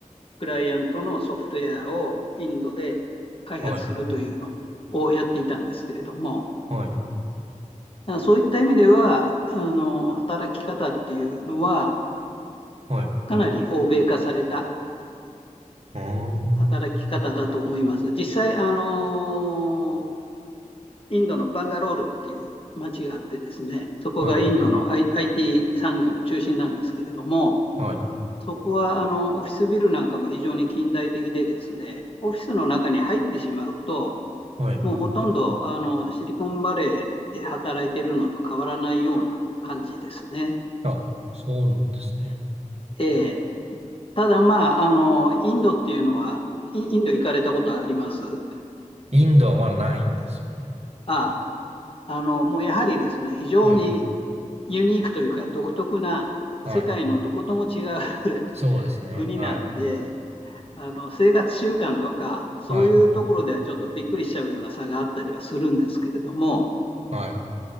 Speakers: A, on the left (about 45°); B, on the right (about 50°).
A: クライアントのソフトウェアをインドで開発するというのをやっていたんですけれども、
B: はい、はい、
A: そういった意味では、あの、働き方っていうのは、
B: はい。う
A: かなり欧米化された
B: ーん。
A: 働き方だと思います。実際、あの、インドのバンガロールっていう町があってですね、そこがインドの、
B: はい、
A: I、IT 産業の中心なんですけれども、
B: はい、
A: そこはあのオフィスビルなんかも非常に近代的でですね、オフィスの中に入ってしまうと、
B: はい。
A: もうほとんどあのシリコンバレーで働いてるのと変わらないような感じですね。
B: あ、そうなんですね。
A: えー、ただまあ、あの、インドっていうのは、インド行かれたことあります
B: インドはまだないんですよね。
A: ああの、もうやはりですね、非常に
B: はい、
A: ユニークというか独特な世界のどことも違う
B: はい。
A: <laughs>
B: そうですね。
A: 国なんで、
B: はい、
A: あの、生活習慣とか、そういうところではちょっとびっくりしちゃうような差があったりはするんですけれども、
B: はい、はい。う